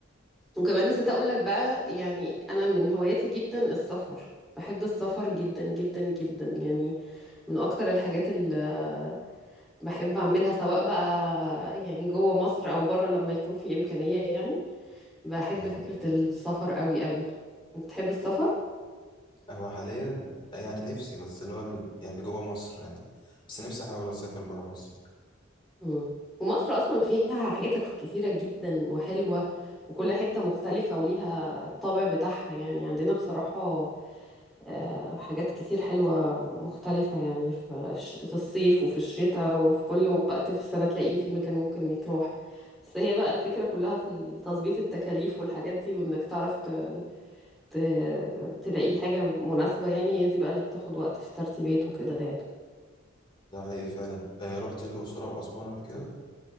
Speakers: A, in the centre; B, on the left (about 25°).
A: وكمان نسيت اقول لك بقى يعني انا من هواياتي جدا السفر بحب السفر جدا جدا جدا يعني من اكتر الحاجات اللي بحب اعملها سواء بقى يعني جوه مصر او بره لما يكون في امكانيه يعني بحب
B: اه
A: فكره السفر قوي قوي بتحب السفر
B: هو حاليا يعني نفسي بس اللي هو ال- يعني جوه مصر يعني بس نفسي احاول اسافر برا مصر
A: مم. ومصر اصلا فيها حتت كتيره جدا وحلوه وكل حته مختلفه وليها الطابع بتاعها يعني عندنا بصراحه آه، حاجات كتير حلوه مختلفه يعني في في الصيف وفي الشتاء وفي كل وقت في السنه تلاقيه في مكان ممكن يتروح بس هي بقى الفكره كلها في تظبيط التكاليف والحاجات دي وانك تعرف ت... ت... تلاقي حاجه مناسبه يعني هي دي بقى اللي بتاخد وقت في الترتيبات وكده يعني
B: ده حقيقي فعلا آه رحت الاقصر او اسوان قبل كده